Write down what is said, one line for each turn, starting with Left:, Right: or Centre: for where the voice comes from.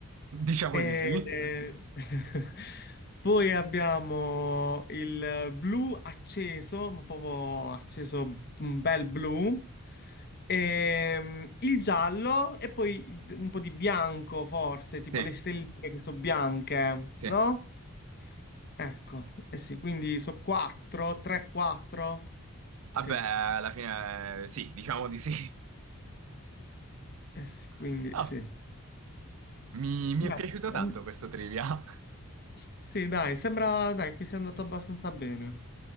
Right: Diciamo
Left: E...
Right: di sì.
Left: <laughs> Poi abbiamo il blu acceso, ma proprio acceso un bel blu. E, il giallo e poi il- un po' di bianco, forse, tipo
Right: Sì,
Left: le stelline che sono bianche,
Right: sì.
Left: no? Ecco, eh sì, quindi sono 4, 3, 4. Sì,
Right: Vabbè, alla fine eh, sì, diciamo di sì.
Left: eh sì, quindi
Right: <laughs> Ah,
Left: sì.
Right: Mi, mi
Left: Beh,
Right: è piaciuto tanto
Left: ehm,
Right: questo trivia.
Left: sì, dai, sembra dai, che sia andato abbastanza bene.